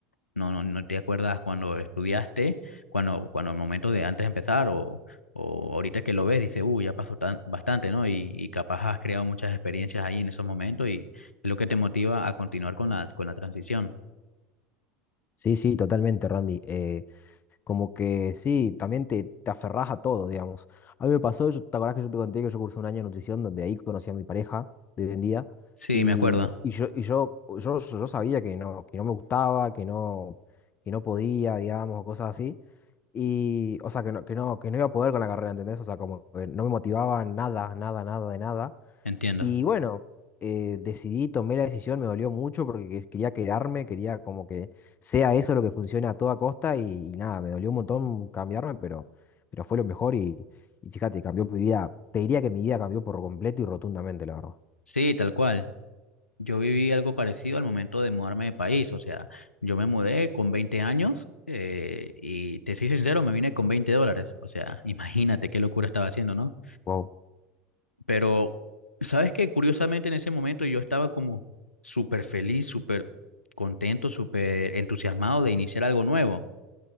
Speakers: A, on the left (about 85°); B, on the left (about 25°).
A: no, no, no te acuerdas cuando estudiaste, cuando, cuando el momento de antes de empezar o, o ahorita que lo ves, dices, uy, ya pasó tan, bastante, ¿no? Y, y capaz has creado muchas experiencias ahí en esos momentos y es lo que te motiva a continuar con la, con la transición.
B: Sí, sí, totalmente, Randy. Eh, Como que sí, también te, te aferrás a todo, digamos. A mí me pasó, yo, ¿te acordás que yo te conté que yo cursé un año de nutrición donde ahí conocí a mi pareja de hoy en día?
A: Sí,
B: Y,
A: me acuerdo,
B: y yo, y yo, yo, yo sabía que no, que no me gustaba, que no, que no podía, digamos, o cosas así. Y, o sea, que no, que no, que no iba a poder con la carrera, ¿entendés? O sea, como que no me motivaba nada, nada, nada de nada.
A: entiendo.
B: Y bueno, eh, decidí, tomé la decisión, me dolió mucho porque que- quería quedarme, quería como que sea eso lo que funcione a toda costa y, y nada, me dolió un montón cambiarme, pero, pero fue lo mejor y, y fíjate, cambió mi vida. Te diría que mi vida cambió por completo y rotundamente, la verdad.
A: Sí, tal cual. Yo viví algo parecido al momento de mudarme de país, o sea, yo me mudé con 20 años eh, y te soy sincero, me vine con 20 dólares, o sea, imagínate qué locura estaba haciendo, ¿no?
B: Wow.
A: Pero, ¿sabes qué? Curiosamente en ese momento yo estaba como súper feliz, súper contento, súper entusiasmado de iniciar algo nuevo.